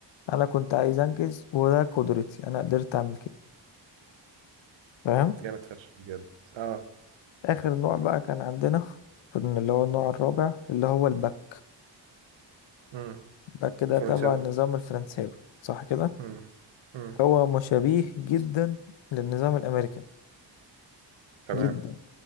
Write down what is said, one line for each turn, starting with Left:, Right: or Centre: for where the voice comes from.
Left: أنا كنت عايز أنجز وده قدرتي أنا قدرت أعمل كده فاهم
Right: جامد فشخ بجد اه
Left: آخر نوع بقى كان عندنا كان اللي هو النوع الرابع اللي هو الباك
Right: أمم،
Left: الباك ده
Right: فرنساوي
Left: تبع النظام الفرنساوي صح كده
Right: أمم، أمم،
Left: هو مشابه جدا للنظام الأمريكي
Right: تمام
Left: جدا